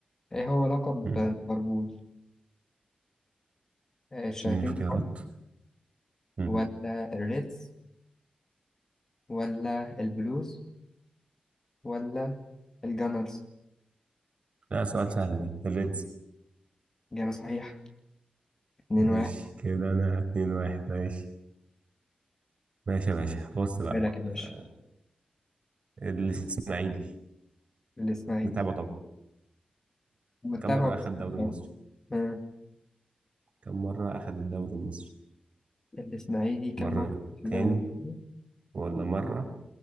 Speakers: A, on the left; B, on the right.
A: إيه هو لقب
B: مم.
A: ليفربول آه، الشياطين
B: اديني اختيارات
A: الحمر
B: مم.
A: ولا الريدز ولا البلوز ولا الجانرز
B: لا سؤال سهل ده الريدز
A: إجابة صحيحة اتنين
B: ماشي
A: واحد
B: كده أنا اتنين واحد ماشي ماشي يا باشا بص بقى
A: سؤالك يا باشا
B: آه، الإسماعيلي
A: الإسماعيلي
B: نتابعه طبعا
A: متابع
B: كم مرة
A: ولا
B: أخد
A: مش
B: الدوري
A: متابع؟
B: المصري؟
A: آه،
B: كم مرة أخد الدوري المصري؟
A: الإسماعيلي كم
B: مرتين
A: مرة في الدوري المصري؟
B: ولا مرة